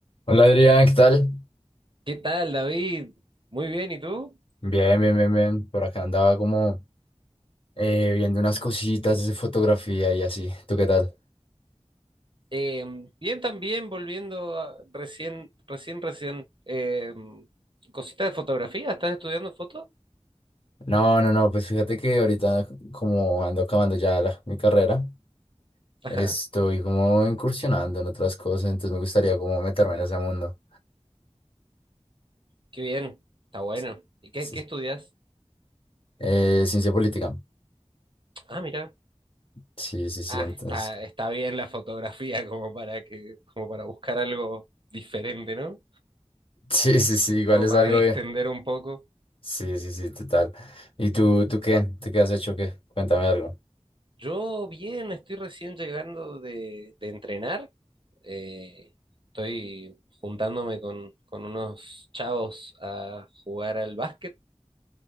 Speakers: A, on the left; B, on the right.
A: Hola Adrián, ¿qué tal?
B: ¿Qué tal, David? Muy bien, ¿y tú?
A: Bien, bien, bien, bien. Por acá andaba como eh, viendo unas cositas de fotografía y así. ¿Tú qué tal?
B: Eh, bien también, volviendo a- recién, recién, recién, eh, cosita de fotografía, ¿estás estudiando foto?
A: No, no, no, pues fíjate que ahorita como ando acabando ya la- mi carrera,
B: Ajá,
A: estoy como incursionando en otras cosas, entonces me gustaría como meterme en ese mundo.
B: qué bien, está bueno.
A: Sí,
B: ¿Y qué,
A: sí.
B: qué estudias?
A: Eh, ciencia política.
B: Ah, mira.
A: Sí, sí, sí,
B: Ah,
A: entonces.
B: está,
A: <laughs>
B: está bien la fotografía como para que, como para buscar algo diferente, ¿no?
A: Sí, sí, sí, igual
B: Como
A: es
B: para
A: algo
B: distender
A: bien.
B: un poco.
A: Sí, sí, sí, total. ¿Y tú, tú qué? ¿Tú qué has hecho? ¿Qué? Cuéntame algo.
B: Yo bien, estoy recién llegando de, de entrenar. Eh, estoy juntándome con, con unos chavos a jugar al básquet.